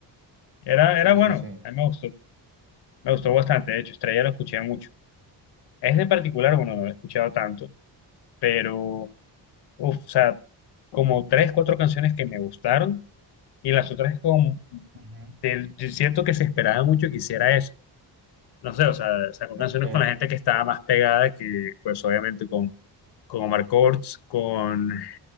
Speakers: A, on the left; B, on the right.
A: Era,
B: Sí,
A: era
B: sí,
A: bueno,
B: sí.
A: a mí me gustó, me gustó bastante, de hecho, Estrella lo escuché mucho. Este en particular, bueno, no lo he escuchado tanto, pero... uf, o sea, como tres, cuatro canciones que me gustaron y las otras es como,
B: Ok.
A: del- yo siento que se esperaba mucho que hiciera eso. No sé, o sea, sacó
B: Ujú,
A: canciones
B: Ok.
A: con la gente que estaba más pegada que, pues obviamente con, con Omar Courtz, con,